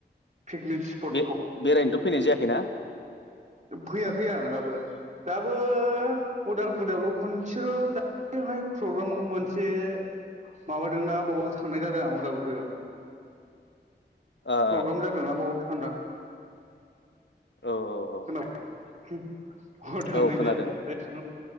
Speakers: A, on the right (about 40°); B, on the left (about 85°).
A: पिकनिक स्पटखौ
B: बे बेरायनोथ' फैनाय जायाखैना?
A: फैयाखै आं दाबो दाबो अदालगुरियावल' खनसेल' दायोहाय प्रग्राम मोनसे माबादोंना बावल' थांनाय जादों आं अदालगुरियाव।
B: ओ औ
A: प्रग्राम जादों ना बाव थांदां।
B: औ औ औ।
A: खोनाबाय अ थांनाय
B: औ खोनादों
A: जादों बे थां